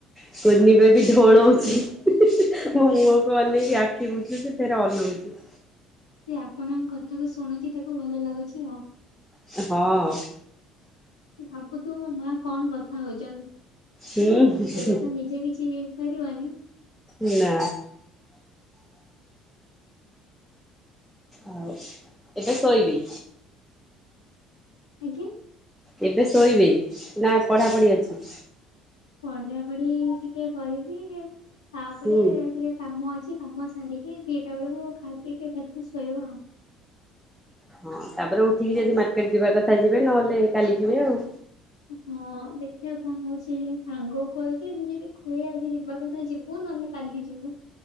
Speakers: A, in the centre; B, on the left.
A: କୁନିବେବି ଢୋଳଉଚି
B: ହୁଁ
A: ମୋ
B: ହୁଁ
A: ମୁହଁକୁ
B: ହୁଁ
A: ଅନେଇକି ଆଖି ବୁଜୁଚି। ଫେରେ ଅନଉଚି।
B: ସେ ଆପଣଙ୍କ କଥା କୁ ଶୁଣୁଚି ତାକୁ ଭଲ ଲାଗୁଚି ଆଉ।
A: ହଁ।
B: ଭାବୁଥୁବ ମୋ ମା କଣ କଥା ହଉଚନ୍ତି।
A: ହୁଁ।
B: ଏବେ ତ ନିଜେ କିଛି ହେଇପାରିବନି
A: ନା। ଆଉ ଏଟା ଶୋଇବି।
B: ଆଜ୍ଞା।
A: ଏବେ ଶୋଇବେ ନା ପଢାପଢି ଅଛି।
B: ପଢା ପଢି ଟିକେ କରିକି ତାପରେ
A: ହୁଁ
B: ଟିକେ କାମ ଅଛି କାମ ସାରିକି ଦିଟା ବେଳକୁ ଖାଇ ପିଇକି ଏକାଥରକେ ଶୋଇବା ଆଉ।
A: ହଁ ତାପରେ ଉଠିକି ଯଦି ମାର୍କେଟ ଯିବା କଥା ଯିବେ ନହେଲେ କାଲି ଯିବେ ଆଉ।
B: ହଁ ଦେଖିବା କଣ ହଉଚି ଯେ ସାଙ୍ଗ କହିଚି ସେ ଯଦି କୁଏ ଆଜି ଯିବା କଥା ଯିବୁ ନହେଲେ କାଲି ଯିବୁ